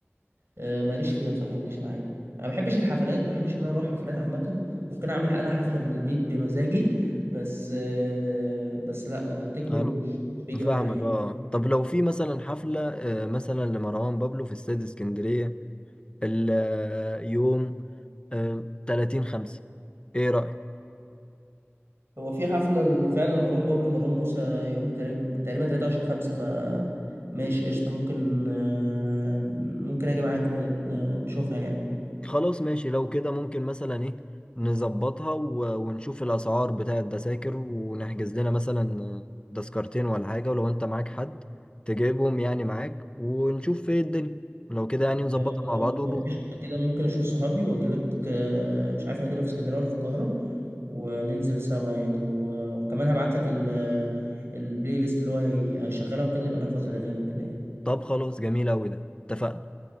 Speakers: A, on the right; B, on the left.
A: آه، ماليش فيها بصراحة ما بتجيش معايا انا ما بحبش الحفلات ما بحبش ان انا اروح حفلات عامة ممكن اعمل انا حفلة في البيت بمزاجي بس آه، بس لا آه، تكنو
B: أنا
A: مش مش بيجي معايا
B: فاهمك
A: يعني
B: اه طب لو في مثلا حفلة آه، مثلا لمروان بابلو في استاد اسكندرية اليوم 30 خمسة ايه رأيك؟
A: هو في حفلة ل- فعلا لمروان بابلو ومروان موسى يوم تقريبا تقريبا 23 5 ف ماشي قشطة ممكن آه، ممكن أجي معاك ن- ن- نشوفها يعني
B: خلاص ماشي لو كده ممكن مثلا ايه نظبطها و- ونشوف الأسعار بتاع التذاكر ونحجز لنا مثلا آه، تذكرتين ولا حاجة ولو انت معاك حد تجيبهم يعني معاك ونشوف ايه الدنيا لو كده يعني
A: آه،
B: نظبطها مع بعض ونروح
A: قشطة كده ممكن أشوف صحابي وأجيلك آه، مش عارف هي هتبقى في اسكندرية ولا في القاهرة وننزل سوا يعني و- وكمان هبعتلك ال- البلاي ليست اللي هو هي- هيشغلها وكده يبقى نحفظ الأغاني وكده يعني
B: طب خلاص جميل أوي ده اتفقنا